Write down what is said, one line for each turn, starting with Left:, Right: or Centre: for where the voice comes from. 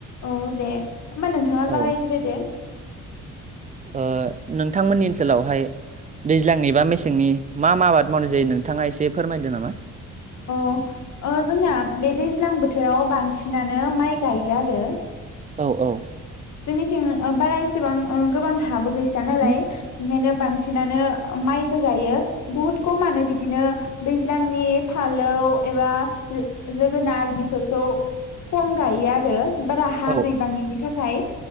Left: औ दे होमबा नोंथाङा
Right: औ
Left: जागायग्रोदो।
Right: ओ नोंथांमोननि ओनसोलावहाय दैज्लांनि बा मेसेंनि मा मा आबाद मावनाय जायो नोंथाङा एसे फोरमायदो नामा?
Left: अ जोंना ओ बे दैज्लां बोथोराव बांसिनानो माइ गायो आरो।
Right: औ औ
Left: जोंनिथिं ओ बारा एसेबां गोबां हाबो गैसोआ नालाय
Right: औ
Left: बेनिखायनो बांसिनानो माइखो गायो बहुत खमानो बिदिनो दैज्लां नि फानलौ एबा जो जोगोनार बेफोरखौ खम गायो आरो बारा हा
Right: औ
Left: गैबाङैनि थाखाय।